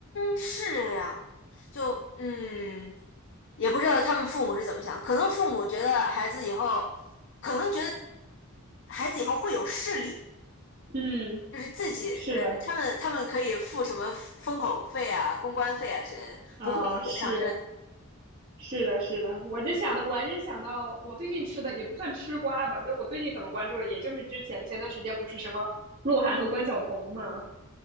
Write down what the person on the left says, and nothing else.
是这样，就嗯，也不知道他们父母是怎么想，可能父母觉得孩子以后，可能觉得孩子以后会有势力，
就是自己呃，
他们他们可以付什么封口费啊、公关费啊之类的，
不会流水上身。